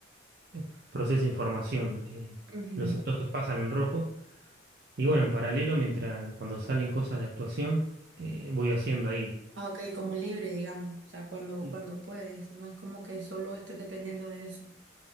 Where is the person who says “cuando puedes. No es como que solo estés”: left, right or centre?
Right